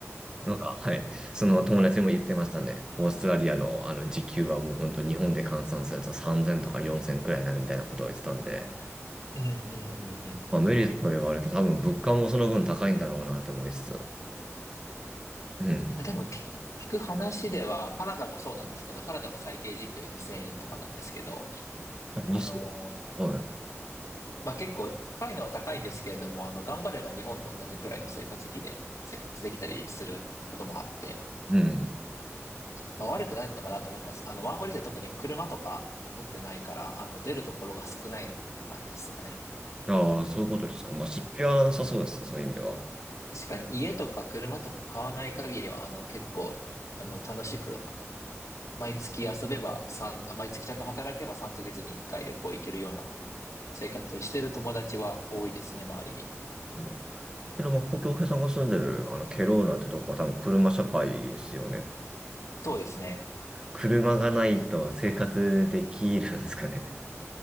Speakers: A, on the left (about 80°); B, on the right (about 15°).
A: うん。
B: なんか、はい。その友達も言ってましたね。オーストラリアのあの時給はもう本当日本で換算すると3000とか4000くらいになるみたいなことを言ってたんで。
A: うんうんうんうん。
B: まあ、メリットではあるけど、多分物価もその分高いんだろうなって思いつつ。うん。
A: あ、でもき聞く話では、カナダもそうなんですけど、カナダも最低時給2000円とかなんですけど、
B: あ、2000?
A: あのー
B: はい。
A: まあ、結構高いのは高いんですけれども、あの、頑張れば日本と同じくらいの生活費で生活できたりすることもあって、
B: うん。
A: まあ、悪くないのかなと思います。あの、ワーホリで特に車とか持ってないから、あの、出るところが少ないって感じですかね。
B: ああ、そういうことですか。まあ、出費はなさそうですね、そういう意味では。
A: 確かに家とか車とか買わない限りは、あの、結構、あの、楽しく毎月遊べば三あ毎月ちゃんと働けば3ヶ月に1回旅行行けるような生活をしてる友達は多いですね、周りに。
B: うんけど、まあ、故郷平さんが住んでる、あの、ケローナってとこは多分車社会ですよね。
A: そうですね。
B: 車がないと生活できるんですかね。